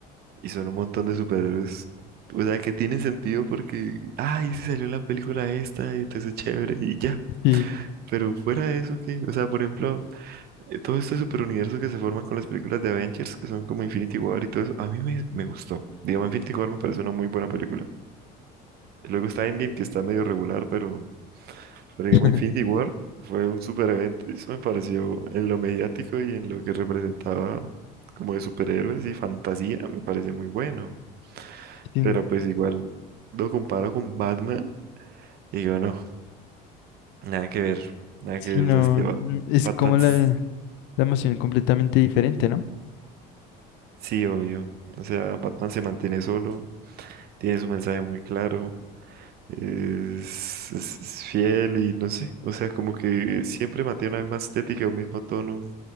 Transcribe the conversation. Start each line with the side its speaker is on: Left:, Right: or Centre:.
Right: y son un montón de superhéroes, o sea, que tienen sentido porque, ay, se salió en la película esta y entonces chévere y ya.
Left: Sí,
Right: Pero fuera de eso, ¿qué? O sea, por ejemplo, eh, todo este superuniverso que se forman con las películas de Avengers, que son como Infinity War y todo eso, a mí me, me gustó. Digamos, Infinity War me parece una muy buena película. Luego está Endgame, que está medio regular, pero, pero digamos
Left: <laughs>
Right: Infinity War fue un super evento y eso me pareció en lo mediático y en lo que representaba como de superhéroes y fantasía, me parece muy bueno.
Left: sí,
Right: Pero pues igual lo comparo con Batman y digo, no, nada que ver, nada
Left: Sí,
Right: que ver,
Left: no,
Right: o sea, es que Ba-
Left: n- es
Right: Batman,
Left: como
Right: s-
Left: la, la emoción completamente diferente, ¿no?
Right: sí, obvio, o sea, Batman se mantiene solo, tiene su mensaje muy claro. Es, es- es fiel y no sé, o sea, como que siempre mantiene la misma estética o mismo tono